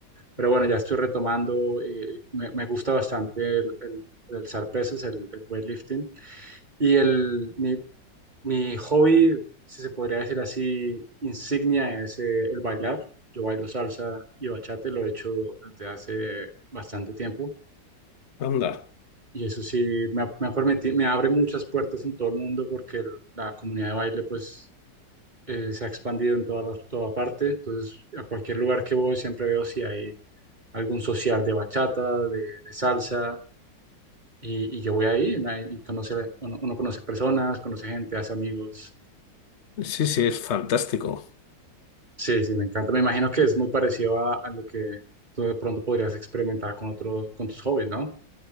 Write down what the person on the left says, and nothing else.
Anda.
Sí, sí, es fantástico.